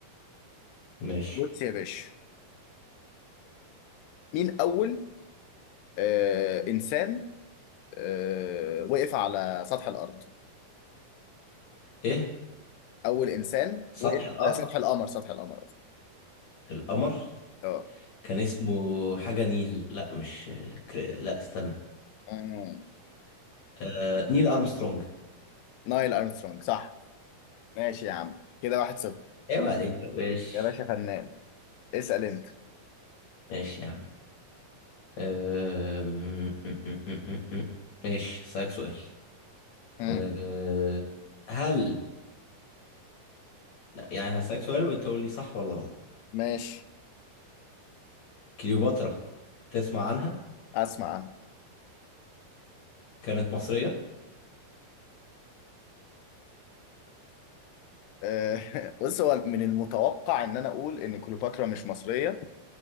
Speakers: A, on the left; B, on the left.
A: ماشي
B: بص يا باشا مين اول آه انسان آه، وقف على سطح الارض
A: ايه
B: اول انسان
A: سطح
B: وقف
A: الارض
B: على سطح القمر سطح القمر قصدي
A: القمر
B: اه
A: كان اسمه حاجة نيل لا مش كر- لا استنى
B: آه،
A: آه، نيل ارمسترونج
B: نايل ارمسترونج صح ماشي يا عم كده واحد صفر
A: عيب عليك يا باشا
B: يا باشا فنان اسال انت
A: ماشي يا عم أم، م- م- م- م- م. ماشي هسألك سؤال
B: مم.
A: أه، هل يعني هسألك سؤال وانت قول لي صح ولا غلط
B: ماشي
A: كليوباترا تسمع عنها
B: اسمع انا
A: كانت مصرية
B: آه، <laughs> بص هو من المتوقع ان انا اقول ان كليوباترا مش مصريه